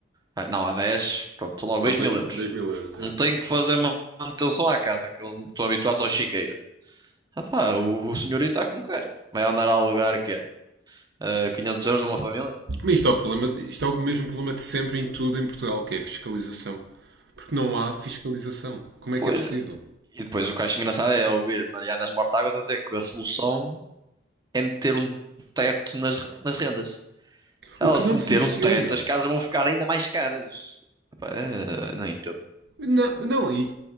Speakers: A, on the right; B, on the right.
A: Ah, Não, há 10 pronto, são logo
B: São
A: dois
B: dois
A: mil euros.
B: mil euros.
A: Não
B: é.
A: tenho que fazer ma- manutenção à casa, que eles estão habituados ao chiqueiro. Ah pá, o, o senhorito está como queira. Vai andar a alugar que é? quinhentos euros a uma família?
B: Mas isto é, o problema, isto é o mesmo problema de sempre em tudo em Portugal, que é a fiscalização. Porque não há fiscalização. Como é
A: Pois.
B: que é possível?
A: E depois o que eu acho engraçado é ouvir Marianas Mortáguas a dizer que a solução é meter um teto nas, nas rendas. Ela
B: O que
A: se
B: não
A: meter
B: funciona.
A: um teto, as casas vão ficar ainda mais caras. Pá, eh, não entendo.
B: Não, é? não, e